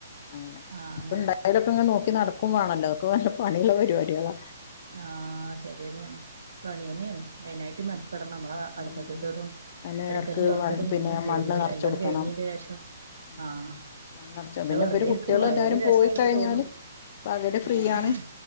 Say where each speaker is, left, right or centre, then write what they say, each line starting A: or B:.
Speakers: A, on the left (about 35°); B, on the right (about 85°).
A: അങ്ങനെ
B: ആഹ്
A: അപ്പൊന്തായാലുപ്പങ്ങ
B: അങ്ങനെ
A: നോക്കി നടക്കുംവാണല്ലോ അയ്ക്കെ വേറേ പണിള്ള പരിപാട്യേളാ.
B: ആഹ് ശെരിതന്നേണ് പണിന്ന്യാണ് അയിനായിട്ട് മെനക്കെടണം മ്മളെ അടുപ്പത്ത്ത്തതും
A: ഉം ഉം അതിന്
B: അടിക്കലും
A: ഇടക്ക്
B: തൊടക്കലും
A: പിന്നെ
B: തിരുമ്പലും
A: മണ്ണ് നിറച്ച്
B: എല്ലാം
A: കൊടുക്കണം
B: കഴിഞ്ഞീന്റേ ശേഷം
A: ഉം
B: ആഹ്
A: മണ്ണടച്ചോ
B: ക്ഷെ
A: പിന്നെ
B: വെറുതെ
A: ഇവര്
B: ഇരിക്കുമ്പോ
A: കുട്ടികൾ
B: അത്
A: എല്ലാരും
B: ഒര് രസായിട്ട്
A: പോയി കഴിഞ്ഞാല്
B: തോന്നും.
A: പകല് ഫ്രീയാണ്,
B: ആഹ്